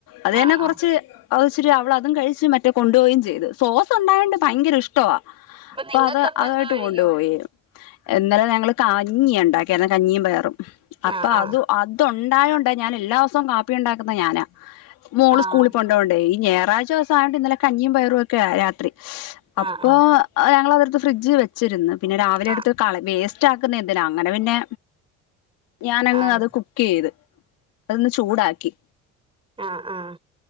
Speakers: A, on the left; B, on the right.
A: അത്
B: ആഹ്
A: ന്നെ കൊറച്ച്
B: ആഹ്
A: അഅ്ച്ചിരി അവള അതും കഴിച്ച് മറ്റേ കൊണ്ടോയിൻ ചെയ്ത് സോസ്ണ്ടായോണ്ട് ഭയങ്കര ഇഷ് ട്ടാ അപ്പൊ
B: നിങ്ങക്കപ്പ
A: അത് അതായിട്ട്
B: എന്തോ കഴിക്കും
A: കൊണ്ട് പോയി ഇന്നലെ ഞങ്ങള് കഞ്ഞ്യാണ്ടാക്ക്യേ കഞ്ഞിയും പയറും അപ്പൊ
B: ആഹ് ആഹ്
A: അത് അതൊ ണ്ടായോണ്ട ഞാൻ എല്ലാ സും കാപ്പി ണ്ടാക്കുന്ന ഞാനാ മോള്
B: ആഹ്
A: സ്കൂളി കൊണ്ടോ വണ്ടേ ഈ ഞ റാഴ്ച ദിവസയൊണ്ട് ഇന്നലെ കഞ്ഞിയും പയറും ഒക്കെ ആ രാത്രി അപ്പൊ
B: ആഹ് ആഹ്
A: ഞങ്ങളൾ അത് <unintelligible> ഫ്രിഡ്ജില് വെ ച്ചിരുന്ന് പിന്നെ രാവിലെ
B: ആഹ്
A: ടുത്ത് കള വേസ്റ്റാക്കുന്ന എന്തിനാ അങ്ങനെ പിന്നെ ഞാനങ്ങ്
B: ആണ്
A: അത് കുക്കെയ്ത് അതൊന്ന് ചൂടാക്കി
B: ആ ആ